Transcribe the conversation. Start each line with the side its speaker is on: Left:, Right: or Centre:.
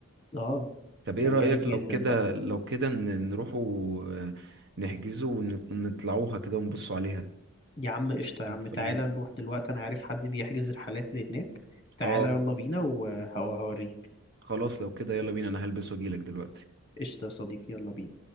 Left: اه
Right: طب ايه
Left: كان
Right: رأيك
Left: جامد
Right: لو
Left: جدا
Right: كده
Left: بقى
Right: لو كده ن- نروحوا آه، نحجزوا ون- ونطلعوها كده ونبصوا عليها
Left: يا عم قشطة يا
Right: نتف-
Left: عم تعالى
Right: نت-
Left: نروح دلوقتي انا عارف حد بيحجز رحلات لهناك تعالى
Right: اه
Left: يلا بينا وهوريك
Right: خلاص لو كده يلا بينا انا هلبس واجيلك دلوقتي
Left: قشطة يا صديقي يلا بينا